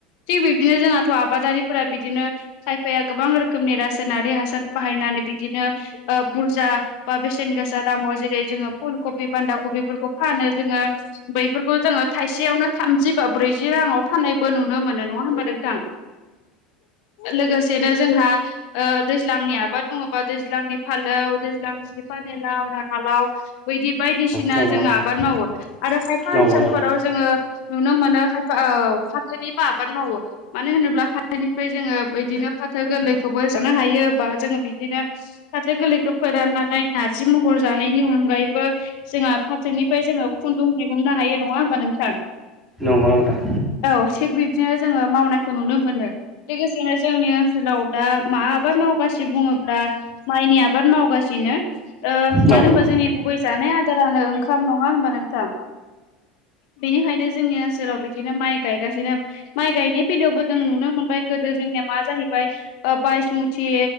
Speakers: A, on the left (about 60°); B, in the centre.
A: थिग बिब्दिनो जोंनाथ आबादारिफोरा बिदिनो खायफाया गोबां रोखोमनि रासायनारि हासार बाहायनानै बिदिनो ओ बुरजा बा बेसेन गोसा दामाव जेरै जोङो फुल कबि बान्दा कबिफोरखौ फानो जोङो बैफोरखौ जोङो थाइसेयावनो थामजि बा ब्रैजि राङाव फाननायबो नुनो मोनो नङा होमबा नोंथां लोगोसेनो जोंहा ओ दैज्लांनि आबाद बुङोबा दैज्लांनि फालौ दैज्लांनि फानि लाव राङालाव बैदि बायदिसिना
B: नंगौ
A: जोङो
B: नोंथां
A: आबाद मावो आरो खायफा
B: नंगौ
A: ओनसोलफोराव
B: नोंथां
A: जोङो नुनो मोनो खायफा औ फाथोनिबो आबाद मावो मानो होनोब्ला फाथोनिफ्राय जोङो बिदिनो फाथो गोरलैखौबो जानो हायो बा जोङो बिदिनो फाथो गोरलैखौ फोराननानै नारजि महरै जानायनि अनगायैबो जोंहा फाथोनिफ्राय जोङो खुन्दुं दिहुननो हायो नङा होमबा नोंथां
B: नंगौ नंगौ नोंथां
A: औ थिग बिब्दिनो जोङो मावनायखौ नुनो मोनो लोगोसेनो जोंनि ओनसोलाव दा मा आबाद मावगासिनो बुङोब्ला माइनि आबाद मावगासिनो ओ
B: नंगौ
A: मानो होनबा जोंनि गुबै जानाय आदारानो ओंखाम नङा होनबा नोंथां बेनिखायनो जोंनि ओनसोलाव बिदिनो माइ गायगासिनो माइ गायनाय बेलायावबो जों नुनो मोनबाय गोदो जोंनिया मा जाहैबाय ओ बायसमुथि